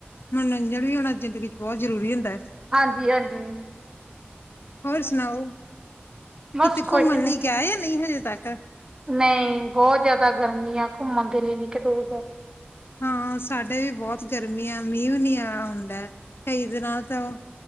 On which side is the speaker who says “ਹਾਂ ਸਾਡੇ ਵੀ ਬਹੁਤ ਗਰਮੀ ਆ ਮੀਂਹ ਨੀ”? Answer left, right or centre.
Left